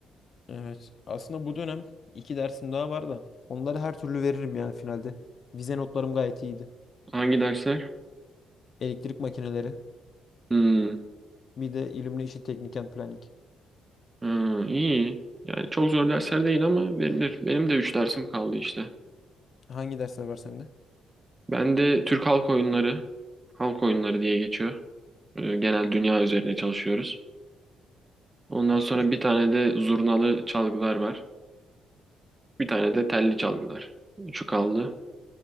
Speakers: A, on the left; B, on the right.
A: Evet. Aslında bu dönem iki dersim daha var da. Onları her türlü veririm ya finalde. Vize notlarım gayet iyiydi.
B: Hangi dersler?
A: Elektrik makineleri.
B: Hmm.
A: Bir de Illumination Technique and Planning.
B: Hmm, iyi. Yani çok zor dersler değil ama verilir. Benim de 3 dersim kaldı işte.
A: Hangi dersler var sende?
B: Ben de Türk halk oyunları, halk oyunları diye geçiyor. Ee, genel dünya üzerine çalışıyoruz. Ondan
A: Başka?
B: sonra bir tane de zurnalı çalgılar var. Bir tane de telli çalgılar. Üçü kaldı.